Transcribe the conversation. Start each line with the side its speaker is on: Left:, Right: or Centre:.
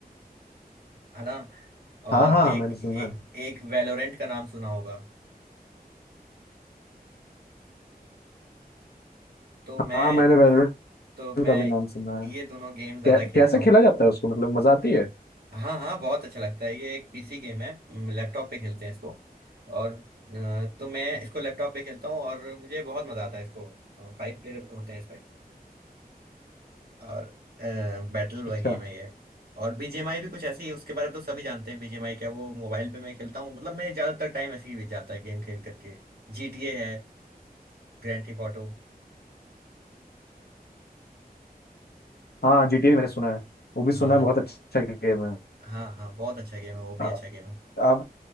Right: है ना
Left: हाँ
Right: और
Left: हाँ
Right: एक
Left: मैंने सुना
Right: ए,
Left: है
Right: एक वैलोरेंट का नाम सुना होगा तो मैं
Left: हाँ मैंने वैलोरेंट
Right: तो मैं
Left: का भी नाम सुना है
Right: ये दोनों गेम ज्यादा
Left: कै,
Right: खेलता
Left: कैसे
Right: हूँ
Left: खेला जाता है उसको मतलब मजा आती है
Right: हाँ हाँ बहुत अच्छा लगता है ये एक पीसी गेम है लैपटॉप पे खेलते हैं इसको और अ, तो मैं इसको लैपटॉप पे खेलता हूँ और मुझे बहुत मजा आता है इसको फाइव प्लेयर होते हैं इसमें और बैटल वाला
Left: अच्छा
Right: गेम है ये और बीजीएमआई भी कुछ ऐसे ही है, उसके बारे में तो सभी जानते हैं बीजीएमआई क्या वो मोबाइल पे मैं खेलता हूँ मतलब मैं ज्यादातर टाइम ऐसे ही बीत जाता है गेम खेल करके जीटीए है ग्रैंड थीफ ऑटो
Left: हाँ जीटीए मैंने सुना है वो भी
Right: हाँ
Left: सुना है बहुत अच्छा गेम है
Right: हाँ हाँ बहुत अच्छा गेम है वो भी
Left: आ-
Right: अच्छा गेम है
Left: आप